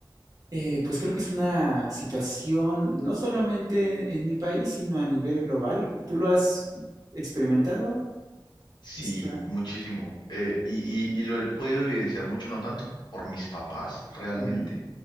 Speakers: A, on the right; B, on the left.
A: eh, pues creo que es una situación no solamente en, en mi país, sino a nivel global. ¿Tú lo has experimentado,
B: Sí,
A: este
B: muchísimo. Eh, y, y- y lo he podido evidenciar mucho, no tanto por mis papás realmente,
A: Ujú,